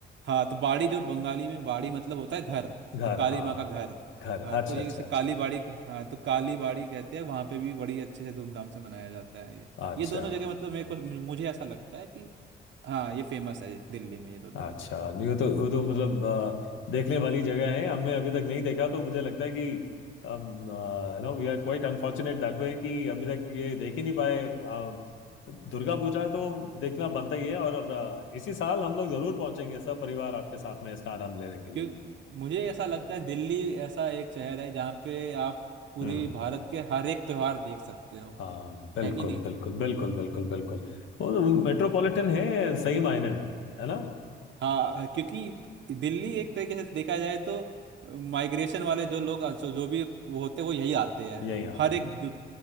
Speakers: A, on the right (about 65°); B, on the left (about 75°).
A: हाँ तो बाड़ी जो बंगाली में बाड़ी मतलब होता है घर
B: घर
A: तो काली
B: हाँ
A: माँ का घर
B: घर
A: हाँ
B: अच्छा
A: तो ये
B: अच्छा
A: जैसे
B: अच्छा
A: काली बाड़ी हाँ तो काली बाड़ी कहते हैं वहाँ पे भी बड़ी अच्छे से धूमधाम से मनाया जाता है ये
B: अच्छा
A: ये दोनों जगह मतलब मेरे को मुझे ऐसा लगता है कि हाँ ये फेमस है दिल्ली में ये दोनों
B: अच्छा
A: जगह
B: नहीं वो तो वो तो मतलब अ, देखने वाली जगह है हमने अभी तक नहीं देखा तो मुझे लगता है कि हम यू नो we are quite unfortunate that way कि अभी तक ये देख ही नहीं पाए अ, दुर्गा पूजा तो देखना बनता ही है और अ, इसी साल हम लोग जरूर पहुंचेंगे सब परिवार आपके साथ में इसका आनंद लेने के लिए
A: क्यों मुझे ऐसा लगता है दिल्ली ऐसा एक शहर है जहाँ पे आप पूरी
B: हम्म
A: भारत के हर एक त्योहार देख सकते हो
B: हाँ बिल्कुल
A: है कि नहीं
B: बिल्कुल बिल्कुल बिल्कुल बिल्कुल वो तो मेट्रोपॉलिटन है सही मायने में है ना
A: हाँ क्योंकि दिल्ली एक तरीके से देखा जाए तो माइग्रेशन वाले जो लोग जो जो भी वो होते हैं वो यही आते हैं
B: यहीं आते
A: हर
B: हैं
A: एक दु-